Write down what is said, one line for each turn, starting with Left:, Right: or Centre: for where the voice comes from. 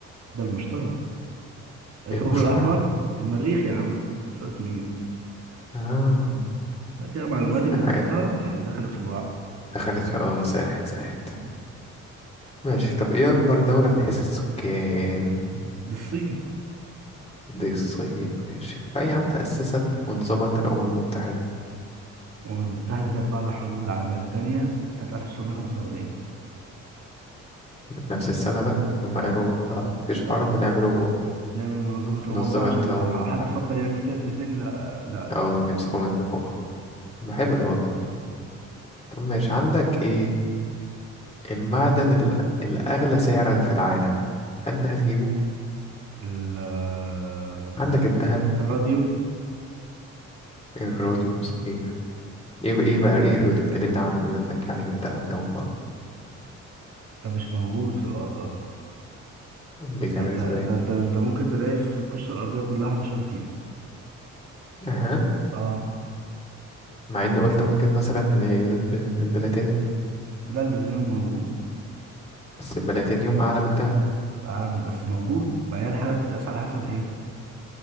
Right: ده المشتري الكوكب
Left: إيه؟ المشتري
Right: الأحمر المريخ يا عم خسرت مين؟
Left: آه
Right: ما كده معلوماتي من
Left: آه،
Right: كترها يعني دخلت في بعض
Left: دخلت في اه ساحت ساحت ماشي طب ايه أكبر دولة من حيث السكان؟
Right: دي الصين
Left: دي الصين ماشي في أي عام تأسست منظمة الأمم المتحدة؟
Right: الأمم المتحدة كانت بعد الحرب العالمية التانية سنة 1945
Left: في نفس السنة بقى هم
Right: اه
Left: قالوا خلاص مفيش
Right: اه
Left: حرب نعمله
Right: نعمل منظمة
Left: منظمة
Right: أمم بقى عشان
Left: الأمم
Right: لو
Left: المتحدة
Right: حد فكر يعمل كده زي تاني لا لا
Left: اه
Right: لا
Left: نمسكه من فوق طب ما حلو ده والله طب ماشي عندك ايه المعدن ال- الأغلى سعرا في العالم هل ده هتجيبه
Right: ال- آه،
Left: عندك الذهب
Right: الراديوم
Left: الروديوم صحيح ايه بقى ايه بقى ايه الروديوم كلمني عنه بما انك يعني جبتها من أول مرة
Right: ده مش موجود في الأرض أصلا
Left: بيتعمل
Right: يعني أنت
Left: ازاي
Right: ده أنت أنت ممكن تلاقي في القشرة الأرضية كلها 11 كيلو
Left: اها
Right: اه
Left: مع اني قلت ممكن مثلا الب- البلاتينيوم
Right: لا البلاتينيوم موجود
Left: بس البلاتينيوم أعلى من الذهب
Right: عالم بس موجود ما هي الحاجة بتتقاس على حسب إيه؟